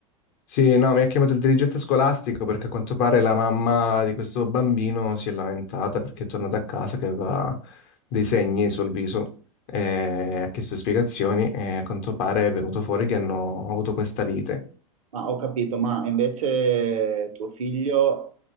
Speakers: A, on the left; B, on the right.
A: Sì, no, mi ha chiamato il dirigente scolastico perché a quanto pare la mamma di questo bambino si è lamentata perché è tornata a casa che aveva dei segni sul viso e ha chiesto spiegazioni e a quanto pare è venuto fuori che hanno avuto questa lite.
B: Ma ho capito, ma invece tuo figlio,